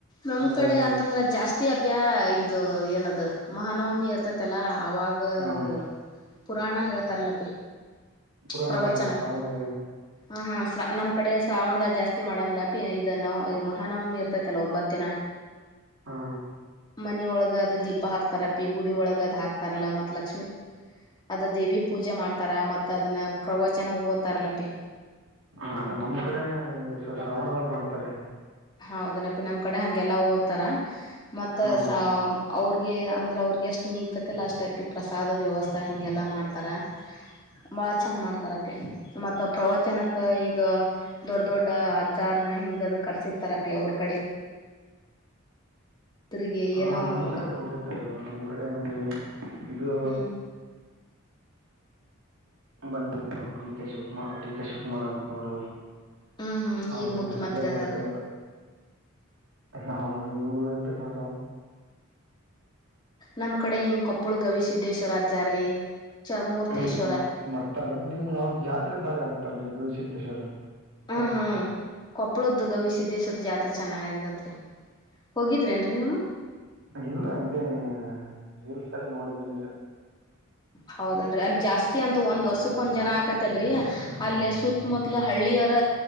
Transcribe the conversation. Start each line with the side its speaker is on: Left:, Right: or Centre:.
Left: ನಮ್
Right: ಅಂದರೆ
Left: ಕಡೆ ಅಂತಂದ್ರೆ ಜಾಸ್ತಿ ಅಪ ಇದು ಏನದು ಮಹಾನವಮಿ ಇರ್ತೈತಿಲ್ಲ ಅವಾಗ
Right: ಹಾಂ
Left: ಇದು ಪುರಾಣ ಹಿಳತರ್ಲಪಿ
Right: ಪುರಾಣ
Left: ಪ್ರವಚನ
Right: ಶ್ರಾವಣದಾಗ
Left: ಹ ಹಾ ನಮ್ ಕಡೆ ಶ್ರಾವಣ್ದ ಜಾಸ್ತಿ ಜಾಸ್ತಿ ಮಾಡಂಗಿಲ್ಲ ಪಿ ಇ ನವ ಮಹಾನವಮಿ ಇರ್ತೈತಲ್ಲ ಒಂಬತ್ತಿನ
Right: ಹಾ
Left: ಮನ ಒಳಗ ಅದ ದೀಪ ಹಾಕ್ತಾರ ಪಿ ಗುಡಿ ಒಳಗ ಅದ್ ಹಾಕ್ತಾರಲ್ಲ ಮತ್ ಲಕ್ಷ್ಮೀ ಅದ ದೇವಿ ಪೂಜೆ ಮಾಡ್ತಾರ ಮತ್ತತ್ ಅದನ್ನ ಪ್ರವಚನ ಓದ್ತರಲ್ ಅಪ್ಪಿ
Right: ಹ ಅದ ನಮ್ ಕಡೆ ಶ್ರಾವಣದಾಗ ಮಾಡ್ತಾರೆ
Left: ಹೌದನಪ್ಪಿ ನಮ್ ಕಡೆ ಹಗೆಲ್ಲಾ ಓದತಾರ ಮತ್ತ
Right: ಹ್ಮ
Left: ಅವ್ರಿಗೆ ಅಂದರೆ ಅವ್ರಿಗೆ ಎಷ್ಟು ನೀಗ್ತೈತಿಲ್ಲ ಅಷ್ಟು ಅಪ್ಪಿ ಪ್ರಸಾದದ ವ್ಯವಸ್ಥೆ ಹೀಂಗೆಲ್ಲ ಮಾಡ್ತಾರೆ ಬಹಳ ಚಂದ ಮಾಡ್ತಾರಪ್ಪಿ ಮತ್ತ ಪ್ರವಚನಕ್ಕ ಈಗ ದೊಡ್ ದೊಡ್ಡ ಅ್ರ್ನ ಹಿಂಗದ ಕರ್ಸಿರ್ತ ಮಾಡ್ತಾರೆ ಅಪ್ಪಿ ಅವ್ರ ಕಡೆ ಅವರಿಗೆ
Right: ಹಾ
Left: ಏನೋ
Right: ನಮ್
Left: ಹಂಗ
Right: ಕಡೆ ಬಂದಿದ್ದಾರೆ ಇವ್ರು ನಮ್ ಕಡೆ ಒಮ್ಮೆ ಇದು
Left: ಹ್ಮ್
Right: ಬಂದಿದ್ರು ಒ D K Shivakumar D K Shivakumar ಅಂತ ನೋಡು
Left: ಹ್ಮ್ ಹ್ಮ್
Right: ಹ
Left: ಈಗ ಮುಖ್ಯಮಂತ್ರಿ
Right: ಹೆಸರು ಬರ್ತ
Left: ಅದಾರ
Right: ಇಲ್ಲ ಹರು ಯರು ಇರ ಮಾದ
Left: ನಮ್ ಕಡೆ ಹಿಂಗ ಕೊಪ್ಪಳ ಗವಿ ಸಿದ್ದೇಶ್ವರ್ ಜಾರೀ ಚರ್ಮೂರ್ತೇಶ್
Right: ಹ್ಮ ಬರ್ತಾರ ನಿಮ್ ಅವ ಜಾತ್ರೆ ಬಾರಿ ಆಗತ್ತಲ್ರರಿ ಗೌ ಸಿದ್ದೇಶ್ವರ
Left: ಹ್ಮ್
Right: ಕಪ್ಪ
Left: ಹ್ಮ್ ಕೊಪ್ಪಳದ್ದು ಗವಿಸಿದ್ದೇಶ್ವರ ಜಾತ್ರೆ ಚೆನ್ನಾಗಗತ್ರಿ ಹೋಗಿದ್ರಿ ನ್ ನೀವು
Right: ಇಲ್ಲ ಇದೇ ರೀಲ್ಸ್ ಎಲ್ಲಿ ನೋಡಿದೇನ್ರಿ
Left: ಹೌದನ್ರಿ ಅಲ್ಲಿ ಜಾಸ್ತಿ ಅಂತ ಒಂದ್ ವರ್ಷಕ್ ಒಂದ್ ಜನ ಆಕತ್ತ ಲ್ರಿ ಅಲ್ಲಿ ಸುತ್ತ ಮತ್ಲ ಹಳ್ಳಿಯರ